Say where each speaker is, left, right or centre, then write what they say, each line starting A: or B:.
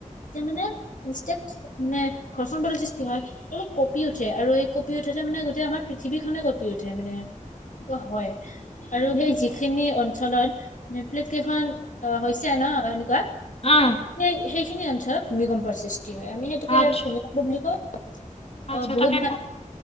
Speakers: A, on the left (about 65°); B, on the left (about 45°).
A: যে মানে ইনষ্টেট মানে ঘৰ্ষণ <unintelligible> সৃষ্টি হয়। অলপ কঁপি উঠে, আৰু এই কঁপি উঠোতে মানে গোটেই আমাৰ পৃথিৱীখনে কঁপি উঠে মানে। <unintelligible> হয়। আৰু সেই যিখিনি অঞ্চলত নিউপ্লেট কেইখন অহ, হৈছে ন' এনেকুৱা।
B: অ'।
A: নে সেই সেইখিনি অঞ্চলত ভূমিকম্পৰ সৃষ্টি তি হয় আমি সেইটোকে
B: আচ্ছা
A: ভূমিকম্প বুলি কওঁ, অ',
B: আচ্ছা
A: বহুতবাৰ
B: তাকে